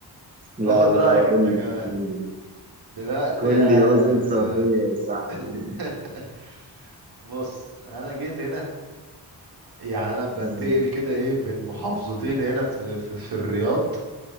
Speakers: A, on the right; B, on the right.
A: لا
B: واخد
A: لا
B: رايك انت
A: قول
B: كمان
A: لي احكيلي
B: دلوقتي
A: كل
B: يا
A: اذن صغير يا صاحبي
B: <laughs> بص انا جيت هنا يعني انا بنتقل
A: مم.
B: كده ايه بين محافظتين هنا في في, في الرياض